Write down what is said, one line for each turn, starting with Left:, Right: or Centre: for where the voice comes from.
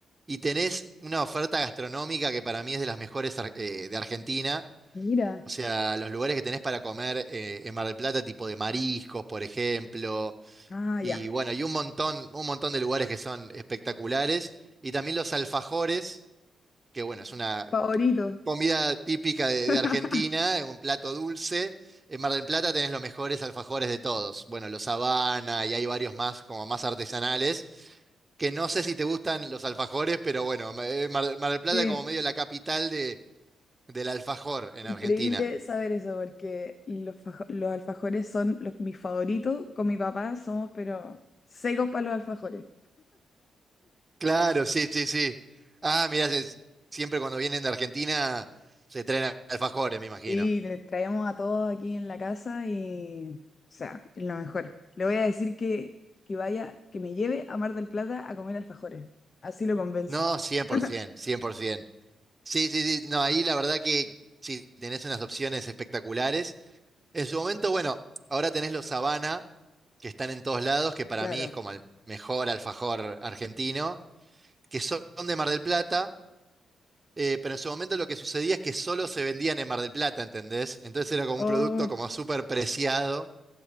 Right: Y tenés una oferta gastronómica que para mí es de las mejores ar- eh, de Argentina.
Left: Mira.
Right: O sea, los lugares que tenés para comer eh, en Mar del Plata, tipo de mariscos, por ejemplo,
Left: Ah,
Right: y
Left: ya.
Right: bueno, y un montón, un montón de lugares que son espectaculares. Y también los alfajores, que bueno, es una
Left: Favorito.
Right: comida típica de,
Left: <laughs>
Right: de Argentina, es un plato dulce. En Mar del Plata tenés los mejores alfajores de todos. Bueno, los Habana y hay varios más, como más artesanales, que no sé si te gustan los alfajores, pero bueno, ma- eh, Mar, Mar del Plata
Left: Sí,
Right: es como medio la capital de, del alfajor en
Left: increíble
Right: Argentina.
Left: saber eso, porque los, fajo- los alfajores son los, mis favoritos. Con mi papá somos, pero secos para los alfajores.
Right: Claro, sí, sí, sí. Ah, mirá, se- siempre cuando vienen de Argentina se traen alfajores, me imagino.
Left: Sí, le traemos a todos aquí en la casa y, o sea, es lo mejor. Le voy a decir que, que vaya, que me lleve a Mar del Plata a comer alfajores. Así lo convenzo.
Right: No, cien cien, por
Left: <laughs>
Right: ciento, cien por 100%. Sí, sí, sí. No, ahí la verdad que sí, tenés unas opciones espectaculares. En su momento, bueno, ahora tenés los Habana, que están en todos lados, que para
Left: Claro.
Right: mí es como el mejor alfajor argentino, que son de Mar del Plata, eh, pero en su momento lo que sucedía es que solo se vendían en Mar del Plata, ¿entendés? Entonces era como un
Left: Oh,
Right: producto como súper preciado,